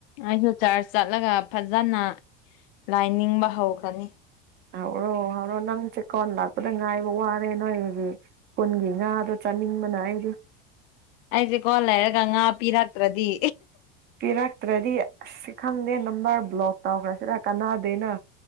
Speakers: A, on the left; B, on the right.
A: ꯑꯩꯁꯨꯌꯨ ꯆꯔꯁ ꯆꯠꯂꯒ ꯐꯖꯅ ꯂꯥꯏ ꯅꯤꯡꯕ ꯍꯧꯈꯅꯤ
B: ꯑꯥꯎ ꯔꯣ ꯅꯪ ꯆꯦꯛꯀꯣꯟ ꯂꯥꯛꯄꯗ ꯉꯥꯏꯕ ꯋꯥꯔꯦ ꯅꯣꯏꯒꯤ ꯈꯨꯟꯒꯤ ꯉꯥꯗꯣ ꯆꯥꯅꯤꯡꯕꯅ ꯑꯩꯗꯤ
A: ꯑꯩꯁꯦꯀꯣ ꯂꯩꯔꯒ ꯉꯥ ꯄꯤꯔꯛꯇ꯭ꯔꯗꯤ
B: ꯄꯤꯔꯛꯇ꯭ꯔꯗꯤ ꯑꯁ ꯈꯪꯗꯦ ꯅꯝꯕꯔ ꯕ꯭ꯂꯣꯛ ꯇꯧꯈ꯭ꯔꯁꯤꯔ ꯀꯥꯟꯅꯥꯗꯦꯅ